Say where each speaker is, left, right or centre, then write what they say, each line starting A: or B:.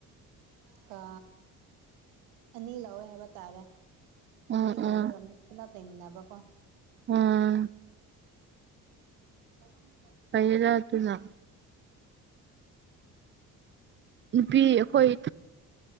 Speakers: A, on the right; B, on the right.
A: ꯀꯥ ꯑꯅꯤ ꯂꯧꯋ‌ꯦ ꯍꯥꯏꯕ ꯇꯥꯔꯦ꯫ ꯑꯅꯤ
B: ꯑꯣ
A: ꯂꯧꯔꯒ
B: ꯑꯣ
A: ꯑꯃꯨꯛ ꯄꯨꯂꯞ ꯂꯩꯃꯤꯟꯅꯕꯀꯣ꯫
B: ꯑꯥ
A: <unintelligible>
B: ꯐꯩꯌꯦꯗ ꯑꯗꯨꯅ ꯅꯨꯄꯤ ꯑꯩꯈꯣꯏ꯫